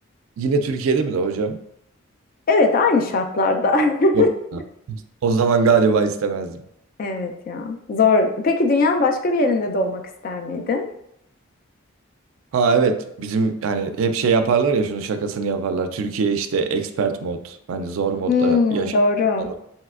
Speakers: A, on the right; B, on the left.
A: Yine Türkiye'de mi de hocam?
B: Evet, aynı şartlarda.
A: Yok.
B: <laughs>
A: O zaman galiba istemezdim.
B: Evet ya. Zor. Peki dünyanın başka bir yerinde doğmak ister miydin?
A: Ha evet bizim hani hep şey yaparlar ya şunun şakasını yaparlar. Türkiye işte expert mod hani zor modda
B: Hmm,
A: yaşıyor.
B: doğru.
A: falan.